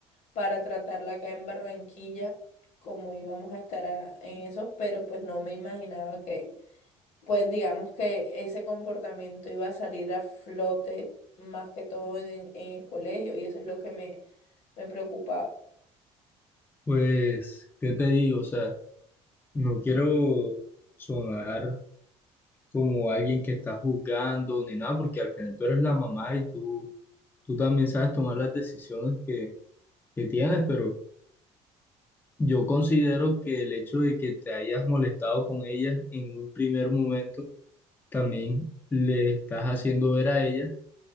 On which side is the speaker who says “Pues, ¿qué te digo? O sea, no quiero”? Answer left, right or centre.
Left